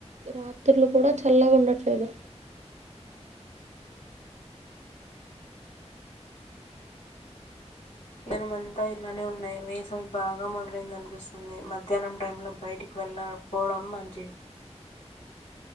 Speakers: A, on the right; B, on the left.
A: రాత్రులు కూడా చల్లగా ఉండట్లేదు
B: జనమంతా ఇలానే ఉన్నాయి వేసవి బాగా మొదలైందనిపిస్తుంది మధ్యాహ్నం టైంలో బయటికి వెళ్ళకపోవడం మంచిది